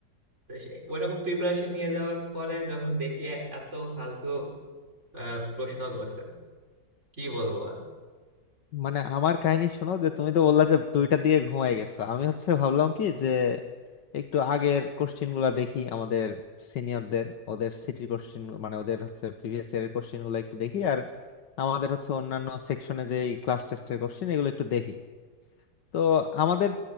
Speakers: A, on the right; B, on the left.
A: তো সে ওইরকম প্রিপারেশন নিয়ে যাওয়ার পরে যখন দেখি এ- এত ফালতু আহ, প্রশ্ন করছে কি বলবো আর?
B: মানে আমার কাহিনী শোনো যে তুমি তো বললা যে দুইটা দিয়ে ঘুমাই গেছো আমি হচ্ছে ভাবলাম কি যে একটু আগের কোশ্চিন গুলা দেখি আমাদের সিনিয়রদের ওদের সিটির কোশ্চিন মানে ওদের হচ্ছে প্রিভিয়াস ইয়ারের কোশ্চিন গুলো একটু দেখি আর আমাদের হচ্ছে অন্যান্য সেকশনে যে ক্লাস টেস্টের কোশ্চিন এগুলো একটু দেখি তো আমাদের